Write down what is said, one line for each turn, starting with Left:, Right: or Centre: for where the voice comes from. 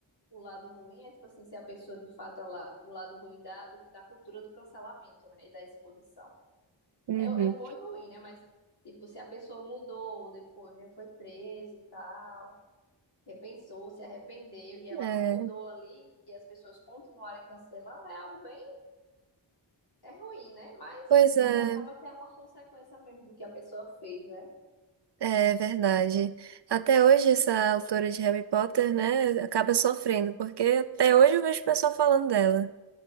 Left: o lado ruim é tipo assim, se a pessoa de fato ela, o lado ruim da, do- da cultura do cancelamento, né? E da exposição.
Right: Uhum.
Left: É, é bom e ruim, né? Mas, tipo, se a pessoa mudou depois, né? Foi presa e tal, repensou, se arrependeu e ela
Right: É,
Left: mudou ali e as pessoas continuarem cancelando, é algo bem, é ruim, né? Mas
Right: pois é,
Left: também acaba que é uma consequência mesmo do que a pessoa fez, né?
Right: é verdade. Até hoje, essa autora de Harry Potter, né, acaba sofrendo, porque até hoje eu vejo o pessoal falando dela.